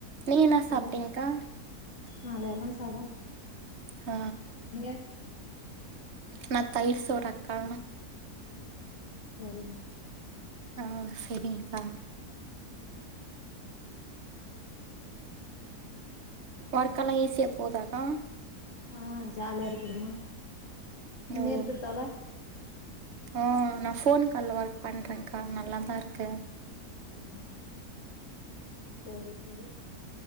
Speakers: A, on the right; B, on the left.
A: நீங் என்னா
B: சொல்லு
A: சாப்ட்டிங்க்கா
B: நா லெமன் சாதோ
A: அ
B: நீங்க
A: நா தயிர் சோறக்கா
B: ம் செரிங்க
A: அ செரிங்க்கா
B: அ
A: ஒர்க்கல்லா ஈஸியா போதாக்கா
B: அ ஜாலியா இருக்குதும்மா
A: ஓ
B: நீ இருக்குறதாவ்ல
A: ஆ நா ஃபோன் கால்ல ஒர்க் பண்றேன்கா நல்லாதா இர்க்கு
B: ம் சரி சரி